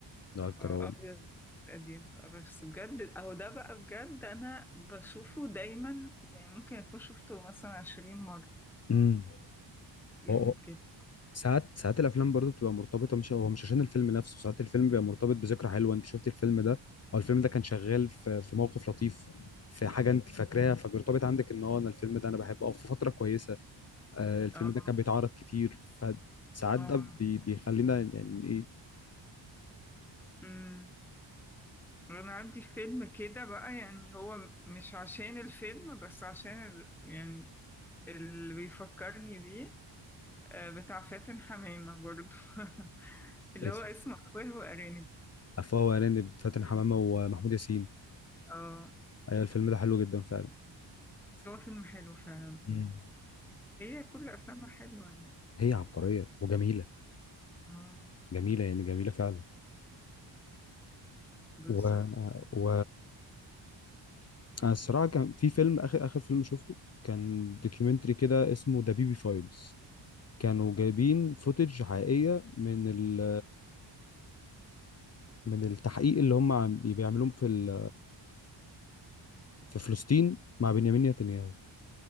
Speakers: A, on the left (about 35°); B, in the centre.
A: ده الجرام
B: هو أبيض وأسود قديم بقى، بس بجد أهو ده بقى بجد أنا بشوفه دايما يعني ممكن أكون شفته مثلا عشرين مرة
A: امم
B: جامد
A: هو هو-
B: جدا
A: ساعات ساعات الافلام برضو بتبقى مرتبطه مش هو مش عشان الفيلم نفسه ساعات الفيلم بيبقى مرتبط بذكرى حلوه انت شفتي الفيلم ده او الفيلم ده كان شغال في في موقف لطيف في حاجه انت فاكراها فبيرتبط عندك ان هو انا الفيلم ده انا بحبه او في فتره كويسه آه الفيلم
B: اه
A: ده كان بيتعرض كتير فساعات
B: اه
A: ده بي- بيخلينا يعني إيه،
B: أمم. أنا عندي فيلم كده بقى يعني هو مش عشان الفيلم بس عشان ال... يعني اللي بيفكرني بيه آه، بتاع فاتن حمامة برضو <laughs> اللي
A: اسم
B: هو اسمه أفواه وأرانب
A: عفوا وهلاني بفاتن حمامة ومحمود ياسين
B: اه
A: ايوه الفيلم ده حلو جدا فعلا
B: بس هو فيلم حلو فعلا
A: مم.
B: مم. هي كل أفلامها حلوة يعني
A: هي عبقرية وجميلة
B: اه
A: جميلة يعني جميلة فعلا
B: بالظبط
A: و و أنا الصراحة كان في فيلم آخر آخر فيلم شفته كان دوكيومنتري كده اسمه ذا بيبي فايلز كانوا جايبين فوتج حقيقية من ال من التحقيق اللي هم عم- بيعملوه في ال- في فلسطين مع بنيامين نتنياهو